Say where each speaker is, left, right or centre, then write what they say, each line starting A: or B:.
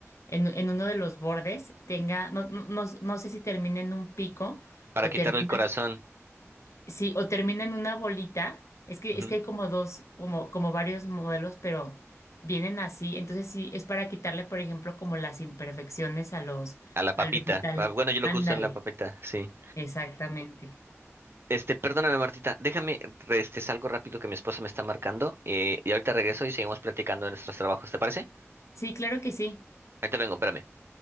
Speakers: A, on the left (about 75°); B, on the right (about 50°).
A: en, en uno de los bordes tenga, no, no, no, no sé si termina en un pico
B: Para
A: o
B: quitarle
A: termina
B: el corazón,
A: Sí, o termina en una bolita. Es que,
B: ujú,
A: es que hay como dos, como, como varios modelos, pero vienen así. Entonces sí, es para quitarle, por ejemplo, como las imperfecciones a los,
B: a la papita.
A: al vegetal.
B: Ah, Bueno, yo lo
A: Ándale,
B: que uso en la papita, sí.
A: exactamente.
B: Este, perdóname, Martita, déjame, re- este, salgo rápido que mi esposa me está marcando eh, y ahorita regreso y seguimos platicando de nuestros trabajos, ¿te parece?
A: Sí, claro que sí.
B: Ahorita vengo, espérame.